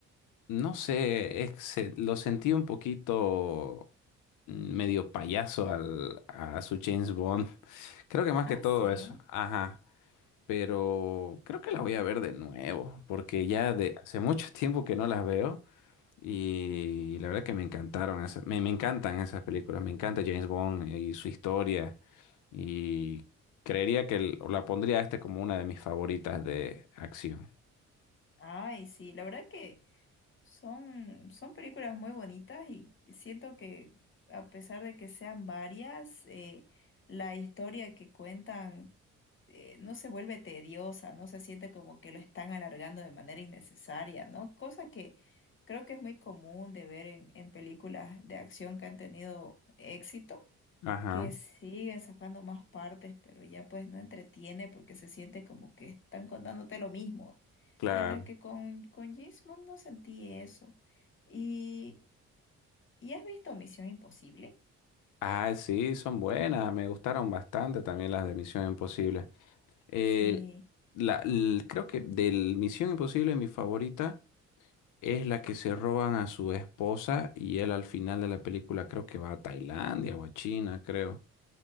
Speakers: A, on the left; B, on the left.
A: No sé, es que se- lo sentí un poquito mm, medio payaso al, a su James Bond. Creo que más
B: Ah,
A: que todo
B: sí.
A: eso. Ajá. Pero creo que la voy a ver de nuevo, porque ya de hace mucho <laughs> tiempo que no las veo y la verdad que me encantaron esas, me, me encantan esas películas, me encanta James Bond y su historia y creería que el- la pondría a este como una de mis favoritas de acción.
B: Ay, sí, la verdad que son, son películas muy bonitas y siento que a pesar de que sean varias, eh, la historia que cuentan eh, no se vuelve tediosa, no se siente como que lo están alargando de manera innecesaria, ¿no? Cosa que creo que es muy común de ver en, en películas de acción que han tenido éxito
A: Ajá,
B: que siguen sacando más partes, pero ya pues no entretiene porque se siente como que están contándote lo mismo.
A: claro.
B: Mientras que con, con James Bond no sentí eso. ¿Y, ¿y has visto Misión Imposible?
A: Ah, sí, son buenas, me gustaron bastante también las de Misión Imposible. Eh,
B: Sí,
A: la, l- creo que de Misión Imposible mi favorita es la que se roban a su esposa y él al final de la película creo que va a Tailandia o a China, creo.